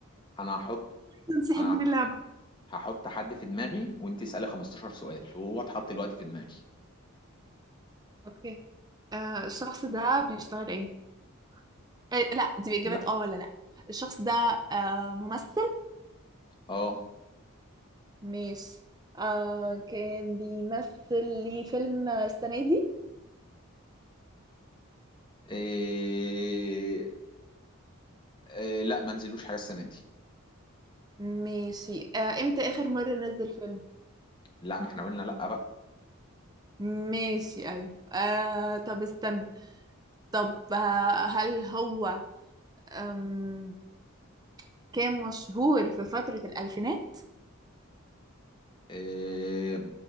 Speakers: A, on the left (about 20°); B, on the right (about 20°).
A: انا هحط
B: عايزه انسحب
A: انا
B: من اللعبه
A: هحط حد في دماغي وانت اسالي 15 سؤال وهو اتحط دلوقتي في دماغي
B: اوكي آه الشخص ده بيشتغل ايه إيه، لا دي إجابات
A: لا
B: اه ولا لا الشخص ده آه ممثل
A: اه
B: ماشي آه كان بيمثل لي فيلم السنة دي
A: إيه... إيه... لا ما نزلوش حاجه السنه دي
B: ماشي آه امتى آخر مرة نزل فيلم
A: لا ما احنا قلنا لا بقى
B: ماشي أيوة آه طب استنى طب آه هل هو آم كان مشهور في فترة الألفينات
A: إيه...